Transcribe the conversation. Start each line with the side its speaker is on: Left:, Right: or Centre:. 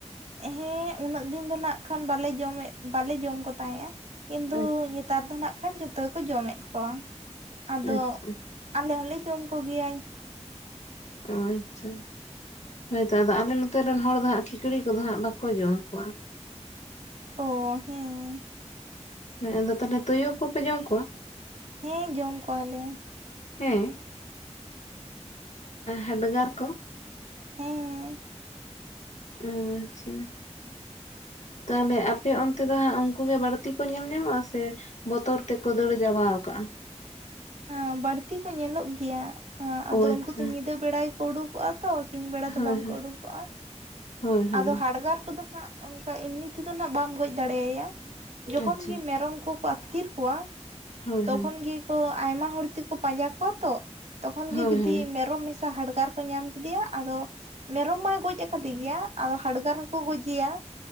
Right: ᱦᱮᱸ ᱩᱱᱟᱹᱜ ᱫᱤᱱ ᱫᱚ ᱱᱟᱜ ᱠᱷᱟᱱ ᱵᱟᱞᱮ ᱡᱚᱢᱮᱫ, ᱵᱟᱞᱮ ᱡᱚᱢ ᱠᱚ ᱛᱟᱦᱮᱸᱫᱼᱟ ᱾ ᱠᱤᱱᱛᱩ
Left: ᱟᱪᱪᱷᱟ
Right: ᱱᱮᱛᱟᱨ ᱫᱚ ᱱᱟᱜ ᱠᱷᱟᱱ ᱡᱚᱛᱚ ᱜᱮᱠᱚ ᱡᱚᱢᱮᱫ ᱠᱚᱣᱟ ᱾ ᱟᱫᱚ,
Left: ᱟᱪᱪᱷᱟ
Right: ᱟᱞᱮ ᱦᱚᱸᱞᱮ ᱡᱚᱢ ᱠᱚᱜᱮᱭᱟᱧ ᱾
Left: ᱟᱪᱪᱷᱟ ᱾ ᱦᱚᱭᱛᱚ, ᱟᱫᱚ ᱟᱞᱮ ᱱᱚᱛᱮ ᱨᱮᱱ ᱦᱚᱲ ᱫᱚ ᱦᱟᱸᱜ ᱠᱷᱤᱠᱲᱤ ᱠᱚᱫᱚ ᱦᱟᱸᱜ ᱵᱟᱠᱚ ᱡᱚᱢ ᱠᱚᱣᱟ ᱾
Right: ᱚ ᱦᱮᱸ ᱾
Left: ᱦᱮᱸ ᱟᱫᱚ ᱛᱟᱦᱚᱞᱮ ᱛᱩᱭᱩ ᱠᱚᱯᱮ ᱡᱚᱢ ᱠᱚᱣᱟ?
Right: ᱦᱮᱸ ᱡᱚᱢ ᱠᱚᱣᱟ ᱞᱮ ᱾
Left: ᱦᱮᱸ ᱦᱟᱰᱜᱟᱨ ᱠᱚ?
Right: ᱦᱮᱸ
Left: ᱟᱪᱪᱷᱟ ᱛᱟᱦᱚᱞᱮ ᱟᱯᱮ ᱚᱱᱛᱮ ᱫᱚ ᱦᱟᱸᱜ ᱩᱱᱠᱩ ᱜᱮ ᱵᱟᱹᱲᱛᱤ ᱠᱚ ᱧᱮᱞ ᱧᱟᱢᱚᱜᱼᱟ ᱥᱮ? ᱵᱚᱛᱚᱨ ᱛᱮᱠᱚ ᱫᱟᱹᱲ ᱪᱟᱵᱟ ᱟᱠᱟᱜᱼᱟ ᱾
Right: ᱚᱸ ᱵᱟᱹᱲᱛᱤ ᱠᱚ ᱧᱮᱞᱚᱜ ᱜᱮᱭᱟ, ᱟᱫᱚ
Left: ᱚ ᱟᱪᱪᱷᱟ
Right: ᱩᱱᱠᱩ ᱫᱚ ᱧᱤᱫᱟᱹ ᱵᱮᱲᱟ ᱜᱮᱠᱚ ᱩᱰᱩᱠᱼᱼ ᱟ ᱛᱚ ᱥᱤᱧ ᱵᱮᱲᱟ ᱫᱚ
Left: ᱦᱳᱭ
Right: ᱵᱟᱝᱠᱚ
Left: ᱦᱳᱭ
Right: ᱩᱰᱩᱠᱚᱜᱼᱟ, ᱚ
Left: ᱦᱳᱭ ᱦᱳᱭ
Right: ᱟᱫᱚ ᱦᱟᱰᱜᱟᱨ ᱠᱚᱫᱚ ᱱᱟᱜ ᱚᱱᱠᱟ ᱮᱢᱱᱤ ᱛᱮᱫᱚ ᱱᱟᱜ ᱵᱟᱢ ᱜᱚᱡ ᱫᱟᱲᱮᱭᱟᱭᱟ, ᱡᱚᱠᱷᱚᱱ
Left: ᱟᱪᱪᱷᱟ
Right: ᱜᱮ ᱢᱮᱨᱚᱢ ᱠᱚᱠᱚ ᱟᱹᱛᱠᱤᱨ ᱠᱚᱣᱟᱼᱼ
Left: ᱦᱳᱭ
Right: ᱛᱚᱠᱷᱚᱱ
Left: ᱦᱳᱭ
Right: ᱜᱮ ᱠᱚ ᱟᱭᱢᱟ ᱦᱚᱲ ᱛᱮᱠᱚ ᱯᱟᱸᱡᱟ ᱠᱚᱣᱟ ᱛᱚᱼᱼ ᱛᱚᱠᱷᱚᱱ ᱜᱮ
Left: ᱦᱳᱭ
Right: ᱡᱩᱫᱤ
Left: ᱦᱳᱭ
Right: ᱢᱮᱨᱚᱢ ᱢᱮᱥᱟ ᱦᱟᱰᱜᱟᱨ ᱠᱚ ᱧᱟᱢ ᱠᱮᱫᱮᱭᱟ, ᱟᱫᱚ ᱢᱮᱨᱚᱢ ᱢᱟᱭ ᱜᱚᱡ ᱟᱠᱟᱫᱮ ᱜᱮᱭᱟᱼᱼ ᱟᱫᱚ ᱦᱟᱰᱜᱟᱨ ᱦᱚᱸ ᱠᱚ ᱜᱚᱡᱮᱭᱟ,